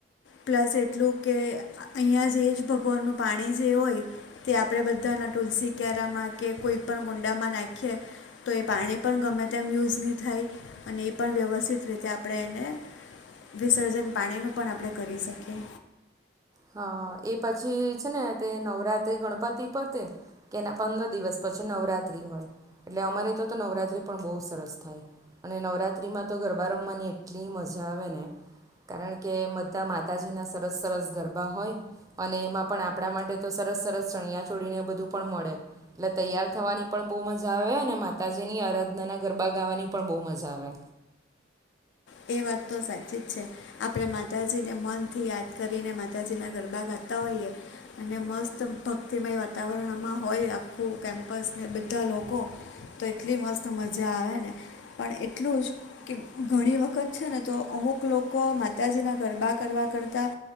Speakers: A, on the left; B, on the right.
A: પ્લસ એટલું કે અહીંયા જે જ ભગવાનનું પાણી જે હોય તે આપણે બધાના તુલસી ક્યારામાં કે કોઈ પણ ગુંડામાં નાખીએ તો એ પાણી પણ ગમે તેમ યુઝ નહીં થાય અને એ પણ વ્યવસ્થિત રીતે આપણે એને વિસર્જન પાણીનું પણ આપણે કરી શકીએ.
B: હા એ પછી છે ને તે નવરાત્રી ગણપતિ પરતે કે એના પંદર દિવસ પછી નવરાત્રી હોય એટલે અમારે તો તો નવરાત્રી પણ બહુ સરસ થાય અને નવરાત્રીમાં તો ગરબા રમવાની એટલી મજા આવે ને કારણ કે બધા માતાજીના સરસ સરસ. ગરબા હોય અને એમાં પણ આપણા માટે તો સરસ સરસ ચણિયા છોડીને બધું પણ મળે એટલે તૈયાર થવાની પણ બહુ મજા આવે અને માતાજીની આરાધના ના ગરબા ગાવાની પણ બહુ મજા આવે.
A: એ વાત તો સાચી જ છે આપણે માતાજીને મનથી યાદ કરીને માતાજીના ગરબા ગાતા હોઈએ અને મસ્ત ભક્તિમય વાતાવરણમાં હોય આખું કેમ્પસને બધા લોકો તો એટલી મસ્ત મજા આવે ને પણ એટલું જ કે ઘણી વખત વખત છે ને તો અમુક લોકો માતાજીના ગરબા કરવા કરતાં